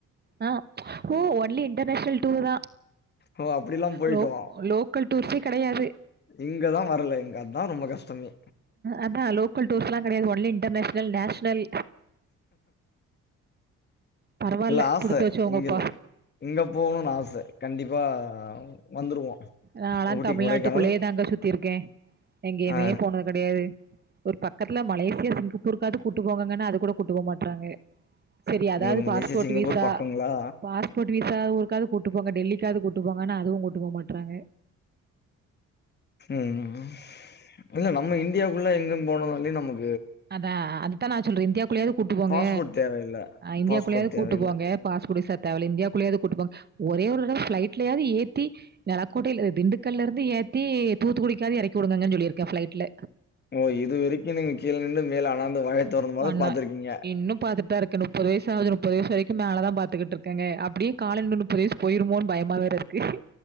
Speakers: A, on the right; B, on the left.
A: ஆ ஓ ஒன்லி இண்டர்நேஷ்னல் டூர் தா
B: ஓ அப்டிலா போயிட்டோ
A: லோ லோ லோக்கல் ப்ளேஸே கெடையாது
B: இங்கதா வர்ல இங்கதா ரொம்ப கஷ்டமே
A: அதா லோக்கல் டூர்ஸ்ல்லா கெடையாது ஒன்லி இன்டர்நேஷ்னல் நேஷ்னல் பரவால்ல
B: இல்ல ஆச
A: குடுத்து வச்சவங்கப்பா
B: இங்கல்ல இங்க போகணுனு ஆச கண்டிப்பா வந்துருவோ
A: நாலா
B: ஊட்டி
A: தமிழ்நாட்டுக்குள்ளேயே
B: கொடைக்கானல்
A: தாங்க சுத்திருக்கே எங்கேயுமே
B: ஆ
A: போனது கெடையாது ஒரு பக்கத்துல மலேசியா சிங்கப்பூருக்காது கூட்டு போங்ககன்னா அது கூட கூட்டு போமாட்றாங்க சரி அதாது
B: உங்களுக்கு
A: பாஸ்போட்
B: மலேசியா சிங்கப்பூர்
A: வீசா
B: பக்கங்களா
A: பாஸ் போட் வீசா ஊருக்காது கூட்டு போங்க டெல்லிக்காது கூட்டு போங்கன்னா அதுவு கூட்டு போ மாட்றாங்க
B: ம் இல்ல நம்ம இந்தியாக்குள்ள எங்க போனொனாலே நமக்
A: அதா அதுத்தா நா சொல்றே இந்தியாக்குள்ளயாது கூட்டு போங்க
B: பாஸ்போர்ட் தேவையில்ல
A: இந்தியாக்குள்ளயாது
B: பாஸ்போர்ட் தேவையில்ல
A: கூட்டு போங்க பாஸ்போட் விசா தேவல்ல இந்தியாக்குள்ளேயாது கூட்டுப்போங்க ஒரே ஒரு தட ப்ளைட்லயாது ஏத்தி நெலக்கோட்டல திண்டுக்கல்ல இருந்து ஏத்தி தூத்துக்குடிக்காது எறக்கி வுடுங்ககன் சொல்லிருக்கே ப்ளைட்ல
B: ஓ இதுவரைக்கு நீங்க கீழ நின்னு மேல அனாந்து வாய தொறந்து மொத
A: வண்ணா
B: பாத்துருக்கீங்க
A: இன்னு பாத்துட்தா இருக்கு நுப்பது வயசு ஆவுது நுப்பது வயசு வரைக்கும் மேலதா பாத்துகிட்டு இருக் இருக்கங்க அப்டியே கால நுப்பது வயசு போயிருமோன் பயமா வேற இருக்கு